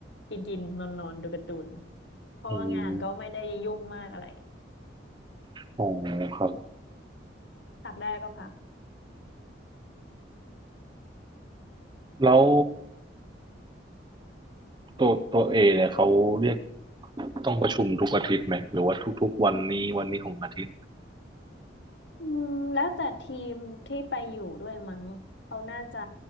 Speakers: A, on the left; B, on the right.
A: กินกินนอนนอนดูการ์ตูนเพราะว่างานก็ไม่ได้ยุ่งมากอะไร
B: อืมอ๋อครับ
A: พักได้ก็พัก
B: แล้วตัวตัวเอเนี่ยเขาเรียกต้องประชุมทุกอาทิตย์ไหมหรือว่าทุกๆวันนี้วันนี้ของอาทิตย์
A: อืมแล้วแต่ทีมที่ไปอยู่ด้วยมั้งเขาน่าจะ